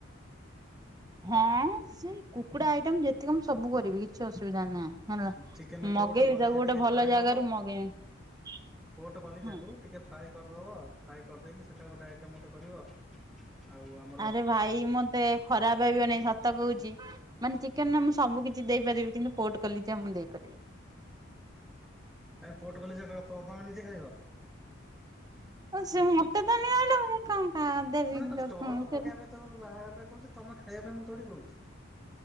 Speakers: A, on the right (about 20°); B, in the centre.
A: ହଁ ସେ କୁକୁଡ଼ା ଆଇଟମ୍ ଯେତିକ ମୁଁ ସବୁ କରିବି କିଛି ଅସୁବିଧା ନାହିଁ। ହ
B: ଚିକେନ୍
A: ମଗେଇବି
B: ପୋଟ କଲିଜା
A: ତାକୁ ଗୋଟେ
B: ଟିକେ
A: ଭଲ
B: ଫ୍ରାଏ
A: ଜାଗାରୁ
B: ହବ
A: ମଗେଇବି
B: ପୋଟ କଲିଜାକୁ
A: ହଁ।
B: ଟିକେ ଫ୍ରାଏ କରିଦେବ ଫ୍ରାଏ କରିଦେଇକି ସେଇଟା ଗୋଟେ ଆଇଟମ୍ ଗୋଟେ କରିବ ଆଉ ଆମ
A: ଆରେ ଭାଇ ମତେ ଖରାପ ଭାବିବେନି ସ ସତ କହୁଛି ମାନେ ଚିକେନ୍ ର ମୁଁ ସବୁ କିଛି ଦେଇପାରିବି କିନ୍ତୁ ପୋଟ୍ କଲିଜା ମୁଁ ଦେଇପାରିବିନି।
B: କାଇଁ ପୋର୍ଟ କଲିଜା ତମେ କ ନିଜେ ଖାଇବ?
A: ସେ ମତେ ତ ନିଅଣ୍ଟ ମୁଁ କଣ କା ଦେବି
B: ମାନେ କଣ
A: ଲୋକ
B: ଷ୍ଟଲ୍ ପକେଇବା
A: ସେ
B: ପାଇଁ ତମକୁ ବାହାଘର ରେ କହୁଛି ତମେ ଖାଇବା ପାଇଁ ମୁଁ ତୋଡ଼ି କହୁଛି।